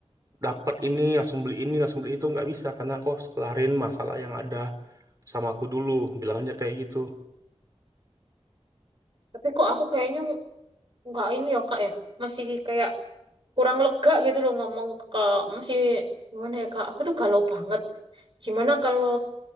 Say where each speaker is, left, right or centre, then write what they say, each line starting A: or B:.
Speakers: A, on the right; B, on the right.
A: dapat ini, langsung beli ini, langsung beli itu nggak bisa karena aku harus kelarin masalah yang ada sama aku dulu. Bilang aja kayak gitu.
B: Tapi kok aku kayaknya nggak ini ya, Kak ya? Masih kayak kurang lega gitu loh ngomong ke masih gimana ya kak aku tuh galau banget gimana kalau